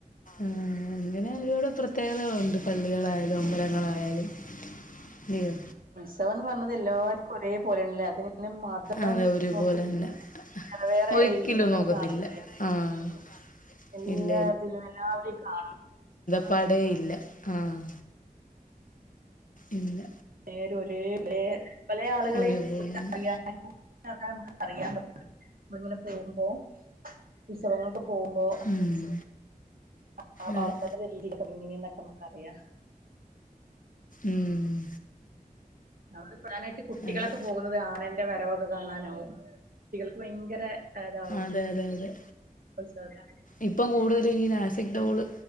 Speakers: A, on the left; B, on the right.
A: അങ്ങനെ ഇവടെ പ്ര ത്യേകതകളുണ്ട് പള്ളികളായാലും അമ്പലങ്ങളായാലും ഇല്ലിയോ
B: സവംന്ന് പർഞ്ഞത് എല്ലാര്ക്കും ഒരേ പോലെ ല്ല. ഇത്ങ്ങനെ മ തം
A: അതെ ഒരുപോലെ
B: നോക്കിട്ടില്ല
A: തന്നെ
B: വേറെവേറെ
A: ഒരിക്കലും
B: ഈ നമ്മള്
A: നോക്കത്തില്ല
B: <unintelligible>
A: ആഹ്
B: എല്ലാതിലും
A: ഇല്ല
B: എല്ലാവരിം കാണാം
A: പാടേയില്ല ആഹ് ഇല്ല
B: എല്ലാരും ഒരേ പലേ പലേ ആളുകളിം
A: ഒരുപോലെ
B: <unintelligible>
A: തന്നെ
B: അറിയാൻ <unintelligible> അറിയാൻ പറ്റും. നമ്മളിങ്ങനെ പോകുമ്പോ. ഉത്സവങ്ങൾക്കൊക്കെ പോകുമ്പോ
A: ഉം
B: <unintelligible>
A: അതെ
B: രീതിയിലൊക്കെ ഇങ്ങനെന്നൊക്കെ നമ്മക്ക് അറിയാ.
A: ഉം
B: ആഹ് <unintelligible> പ്രധാനായിട്ട് കുട്ടികളൊക്കെ
A: അതെ
B: പോകുന്നത് ആനന്റെ വരവൊക്കെ കാണാനാവും. കുട്ടികൾക്ക് ഭയങ്കര ഹരാവും.
A: അതെ അതെ അതെ
B: ഉത്സവ <unintelligible>
A: ഇപ്പം കൂടുതലും ഈ നാസിക് ടോള്